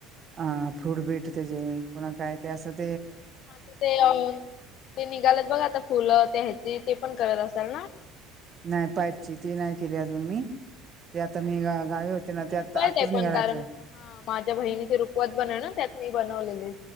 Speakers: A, on the right (about 35°); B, on the left (about 55°).
A: हा फ्रुट बीट त्याचे पुन्हा काय ते असत?
B: हा ते ते निघाल्यात बघा आता फुलं त्या ह्याची ते पण करत असाल ना.
A: नाही पाईपची ती नाही केली अजून मी ते आता मी गावी होते. ना
B: सोपं
A: आता
B: आहे
A: आताच
B: ते
A: निघाला
B: पण कारण
A: ट्रेन
B: हा माझ्या बहिणी च रुखवत बनल होत ना त्यात मी बनवलेले.